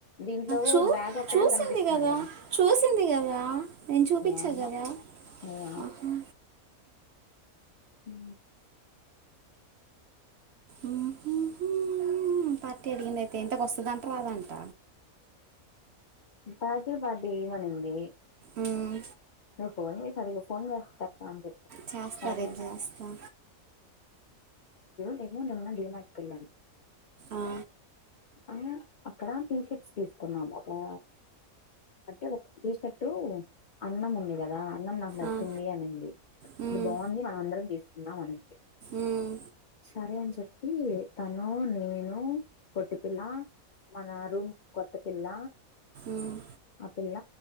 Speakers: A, on the left (about 75°); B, on the right (about 65°).
A: దీంట్లో
B: చూ
A: బ్యాగ్ ఒక్కటే
B: చూసింది
A: కనిపిస్తున్నాడు
B: కదా చూసింది కదా నేను చూపించా
A: ఏమో
B: కదా
A: ఏమో
B: ఆహా
A: ఉ
B: ఉ పార్టీ అడిగింద అయితే ఇంతక వస్తుందంట రాదంట
A: కాచీల్ పార్టీ ఏమనింది
B: మ్,
A: నువ్వు ఫోన్ చేసి అడుగు ఫోన్ చేష్ట అని చెప్పు
B: చేస్తా
A: సరే
B: రేపు
A: నా
B: చేస్తా
A: మెము నిన్నా డిమార్ట్ కి వెల్లాము
B: ఆ,
A: ఆ అక్కడ టీషర్ట్స్ తీసుకున్నాము కదా అంటే ఒక టీషర్టు అన్నం ఉంది కదా న్నం నాకు నచ్చింది
B: ఆ.
A: అనింది
B: ఉమ్
A: ఇది బాగుంది మనం అందరం తీసుకుందాం అనింది
B: ఉమ్
A: సరే అని చెప్ప ఈ తను నేను పొట్టిపిల్ల మన రూమ్ కొత్త పిల్ల
B: ఉమ్
A: ఆ పిల్ల